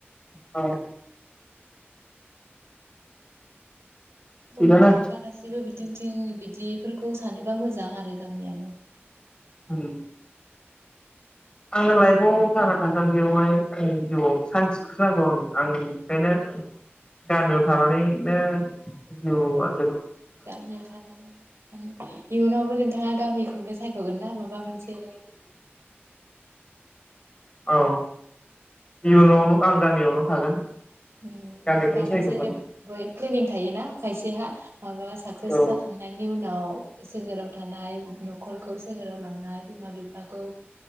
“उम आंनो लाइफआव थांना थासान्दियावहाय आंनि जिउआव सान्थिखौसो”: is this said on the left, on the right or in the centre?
Left